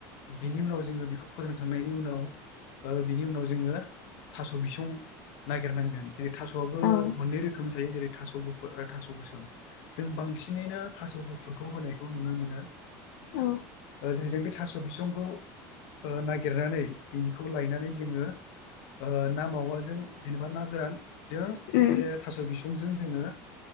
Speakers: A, on the left; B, on the left.
A: बिनि उनाव जोङो बेखौ फोरानखांनायनि उनाव ओ बिनि उनाव खौ जोङो थ'स बिसं नागिरनांगोन जेरै थास'आबो
B: औ
A: मोननै रोखोमनि थायो जेरै थास' गुफुर आरो थास' गोसोम जों बांसिनैनो थास' गुफुरखौ होनायखौ नुनो मोनो
B: औ
A: जो जों बे थास' बिसंखौ ओ नागिरनानै बिनिखौ लायनानै जोङो ओ ना मावाजों जेनेबा ना गोरानजों
B: उम
A: बे थास' बिस' संजों जोङो